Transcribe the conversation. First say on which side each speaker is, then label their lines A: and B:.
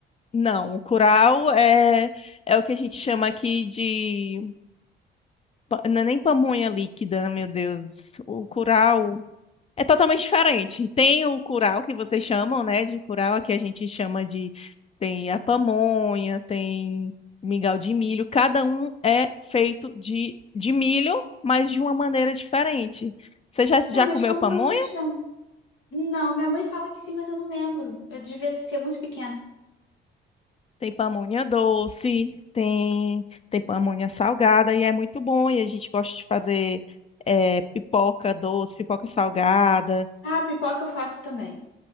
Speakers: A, on the left; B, on the left.
A: Não, o curau é, é o que a gente chama aqui de. pa- Não é nem pamonha líquida, meu Deus. O curau. É totalmente diferente. Tem o curau que vocês chamam, né? De curau, aqui a gente chama de. Tem a pamonha, tem mingau de milho. Cada um é feito de, de milho, mas de uma maneira diferente. Você já, já
B: É, mas
A: comeu
B: como
A: pamonha?
B: vocês chamam? Não, minha mãe fala que sim, mas eu não lembro. Eu devia ter sido muito pequena.
A: Tem pamonha doce, tem, tem pamonha salgada, e é muito bom. E a gente gosta de fazer eh, pipoca doce, pipoca salgada.
B: Ah, pipoca eu faço também.